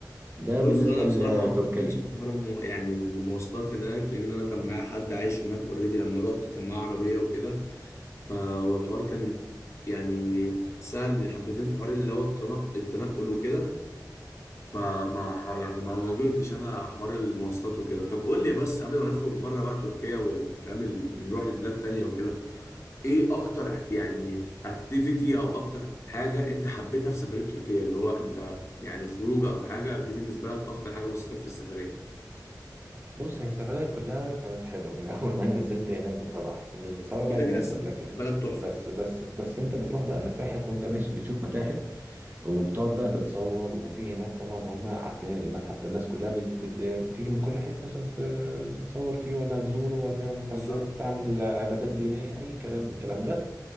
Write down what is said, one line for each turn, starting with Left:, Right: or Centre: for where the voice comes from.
Right: ده
Left: بص
Right: بالنسبة
Left: انا بصراحه
Right: لتركيا
Left: ما اتحطيتش في حوار المو... يعني المواصلات هناك لان انا كان معايا حد عايش هناك اوريدي لما روحت كان معاه عربيه وكده فهو الحوار كان يعني سهل حبتين في حوار اللي هو التنق... التنقل وكده فما ح- يعني ما واجهتش انا حوار المواصلات وكده طب قول لي بس قبل ما نخرج بره بقى تركيا والكلام اللي نروح لبلاد تانية وكده ايه اكتر يعني اكتيفيتي او اكتر حاجه انت حبيتها في سفريه تركيا اللي هو انت يعني خروجه او حاجه دي بالنسبه لك اكتر حاجه بسطتك في السفريه
Right: بص هي السفرية كلها كانت حلوة من <laughs> أول ما أنا نزلت هناك بصراحة ال- سواء
Left: كده
Right: بقى الناس
Left: كده الس-
Right: ولا كده
Left: بلد تحفة
Right: بس بس بس أنت بتروح بقى متاحف وأنت ماشي بتشوف متاحف وبتقعد بقى تتصور وفي هناك طبعا هم عارفين المتحف ده الناس كلها بت بت بتيجي من كل حتة عشان تت- تتصور فيه ولا تزوره ولا أنت
Left: بالظبط
Right: مش عارف تعمل عبادات دينية أي كلام من الكلام ده